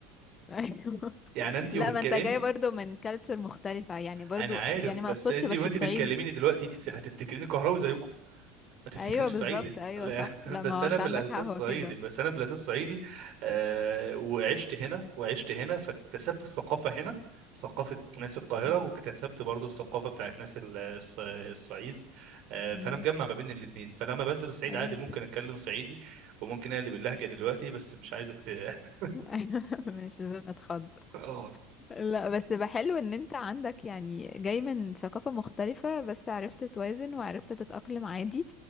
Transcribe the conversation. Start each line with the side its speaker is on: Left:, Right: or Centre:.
Left: أيوة.
Right: يعني
Left: <laughs>
Right: انت
Left: لا
Right: وبتك...
Left: ما أنت
Right: انت
Left: جاي برضو من كالتشر مختلفة يعني برضو
Right: انا عارف
Left: يعني
Right: بس
Left: ما أقصدش
Right: انت
Left: بس
Right: وانت
Left: الصعيد
Right: بتكلميني دلوقتي تفت- هتفتكريني قهراوي زيكم ما تفتكرنيش
Left: أيوة بالظبط
Right: صعيدي
Left: أيوة
Right: لا
Left: صح
Right: <laughs>
Left: لا
Right: بس
Left: ما
Right: انا
Left: هو أنت
Right: في
Left: عندك
Right: الاساس
Left: حق هو
Right: صعيدي
Left: كده
Right: بس انا في الاساس صعيدي آه وعشت هنا وعشت هنا فاكتسبت الثقافة هنا ثقافة ناس القاهرة
Left: مم.
Right: واكتسبت برضو الثقافة بتاعت ناس ال- الص- الصعيد آه، فأنا
Left: مم.
Right: مجمع ما بين الاتنين فلما بنزل الصعيد
Left: أيوة
Right: عادي ممكن أتكلم صعيدي وممكن أقلب اللهجة دلوقتي بس مش عايزك ت... <laughs>
Left: <laughs> أيوة مش لازم أتخض
Right: اه
Left: لا بس بقى حلو إن أنت عندك يعني جاي من ثقافة مختلفة بس عرفت توازن وعرفت تتأقلم عادي